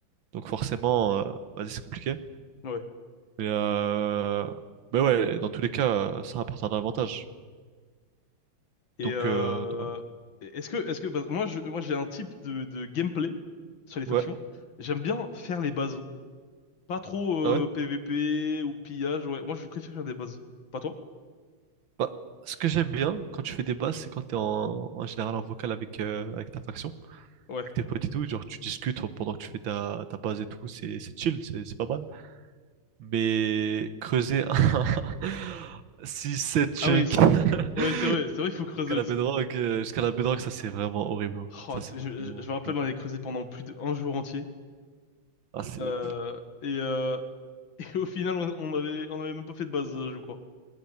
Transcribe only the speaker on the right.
Donc forcément, euh, bah, c'est compliqué.
Mais, euh... mais ouais, dans tous les cas, euh, ça apporte un avantage.
Donc,
euh, donc voilà.
Ouais,
ah ouais.
Bah, ce que j'aime bien quand tu fais des basses, c'est quand t'es en, en général en vocal avec, euh, avec ta faction, avec
tes potes et tout, genre tu discutes pendant que tu fais ta, ta base et tout, c'est c'est chill, c'est c'est pas mal. Mais creuser un <laughs> 6-7 chunk
<laughs>
jusqu'à
la bedrock, euh, jusqu'à la bedrock, ça c'est vraiment horrible. hein. Ça
c'est
vraiment
long.
Ah, c'est-